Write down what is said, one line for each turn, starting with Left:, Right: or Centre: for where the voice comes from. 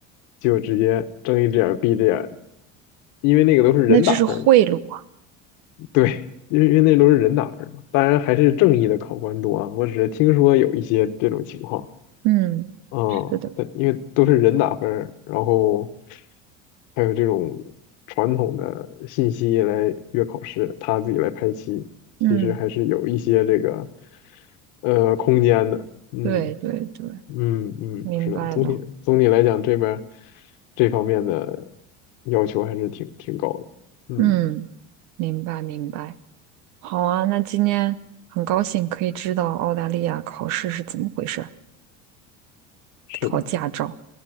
Left: 就直接睁一只眼儿闭一只眼儿因为那个都是人打分儿嘛。
Right: 那这是贿赂啊。
Left: 对，因为因为那都是人打分嘛，当然还是正义的考官多啊。我只是听说有一些这种情况，
Right: 嗯，
Left: 嗯，
Right: 是的，
Left: 但因为都是人打分儿然后还有这种传统的信息来约考试，他自己来排期，
Right: 嗯，
Left: 其实还是有一些这个呃空间的。嗯
Right: 对对对，
Left: 嗯嗯，
Right: 明白了。
Left: 是的，总体总体来讲，这边儿这方面的要求还是挺挺高的。嗯，
Right: 嗯，明白明白。好啊，那今天很高兴可以知道澳大利亚考试是怎么回事儿，
Left: 是的，
Right: 考驾照。